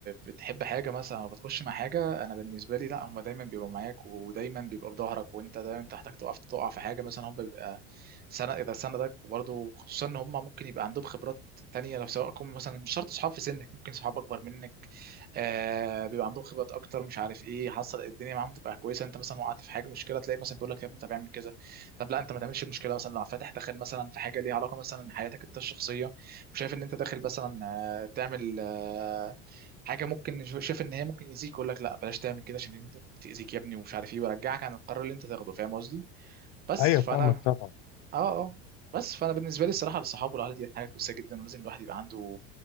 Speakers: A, on the right; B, on the left.
A: بتحب حاجه مثلا او بتخش مع حاجه انا بالنسبه لي لا هم دايما بيبقوا معاك ودايما بيبقوا في ظهرك وانت دايما تحتاج تقف تقع في حاجه مثلا هم بيبقى سند اذا سندك وبرضه خصوصا ان هم ممكن يبقى عندهم خبرات تانية لو سواء كم مثلا مش شرط اصحاب في سنك ممكن صحاب اكبر منك آه بيبقى عندهم خبرات اكتر مش عارف ايه حصل الدنيا معاهم تبقى كويسه انت مثلا وقعت في حاجه مشكله تلاقي مثلا بيقول لك يا ابني طب اعمل كذا طب لا انت ما تعملش المشكله مثلا لو فاتح داخل مثلا في حاجه ليها علاقه مثلا حياتك انت الشخصيه وشايف ان انت داخل مثلا آه، تعمل آه، حاجه ممكن شايف ان هي ممكن يأذيك يقول لك لا بلاش تعمل كده عشان دي ممكن تأذيك يا ابني ومش عارف ايه ويرجعك عن القرار اللي انت تاخده فاهم قصدي بس
B: ايوه
A: فانا
B: فاهمك طبعا
A: اه اه بس فانا بالنسبه لي الصراحه الصحاب والاهل دي حاجه كويسه جدا ولازم الواحد يبقى عنده